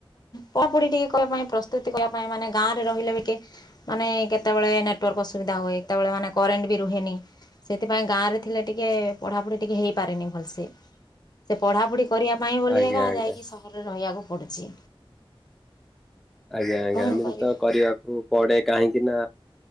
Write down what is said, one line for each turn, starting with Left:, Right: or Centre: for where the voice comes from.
Left: ପଢାପଢି ଟିକେ କ ପାଇଁ ପ୍ରସ୍ତୁତି କଲା ପାଇଁ ମାନେ ଗାଁ ରେ ରହିଲେ ବି ଟିକେ ମାନେ କେତେବେଳେ ନେଟ ଅସୁବିଧା ହୁଏତବେଳେ ମାନେ କରେଣ୍ଟ ବି ରୁହେନି। ସେଥିପାଇଁ ଗାଁରେ ଥିଲେ ଟିକେ ପଢ଼ାପଢ଼ି ଟିକଏ ହେଇପାରେନି ଭଲସେ ସେ, ପଢ଼ାପଢ଼ି କରିବା ପାଇଁ ବୋଲି
Centre: ଆଜ୍ଞା
Left: ଜ
Centre: ଆଜ୍ଞା ଆଜ୍ଞା
Left: ଯାଇକି ସହରରେ ରହିବାକୁ ପଡ଼ୁଛି।
Centre: ଆଜ୍ଞା ଆଜ୍ଞା
Left: କଣ
Centre: ଏମିତି
Left: କରିବା?
Centre: ତ କରିବାକୁ ପଡେ କାହିଁକି ନା